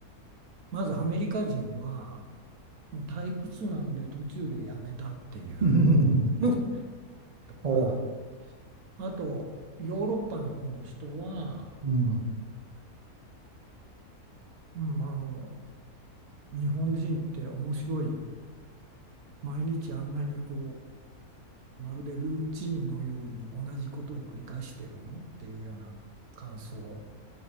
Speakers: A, on the right; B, on the right.
A: まずアメリカ人はもう退屈なんで途中でやめたっていう
B: <laughs>
A: とか
B: お、
A: あとヨーロッパの方の人は、
B: うん、
A: うん、あの日本人って面白い毎日あんなにこうまるでルーチンのように同じことを繰り返してるのっていうような感想